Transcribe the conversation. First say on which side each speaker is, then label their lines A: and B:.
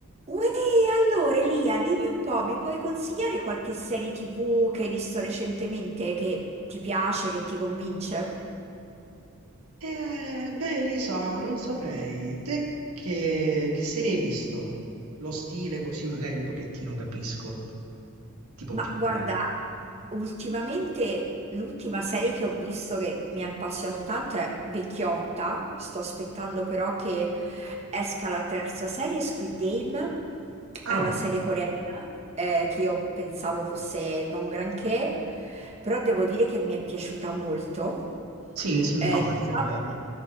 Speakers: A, on the right (about 30°); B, on the right (about 85°).
A: Uè, allora Elia, dimmi un po', mi puoi consigliare qualche serie TV che hai visto recentemente che ti piace, che ti convince?
B: Eh, beh, Elisa, non saprei. Te che, che serie hai visto? Lo stile così magari un pochettino capisco. Tipo
A: Ma
B: più
A: guarda,
B: bene.
A: ultimamente l'ultima serie che ho visto che mi ha appassionato tanto è Vecchiotta. Sto aspettando però che esca la terza serie, Squid Game,
B: Ah,
A: è la serie coreana eh, che io pensavo fosse non granché, però devo dire che mi è piaciuta molto.
B: sì, simpatica,
A: Eh, diciamo-
B: è vero.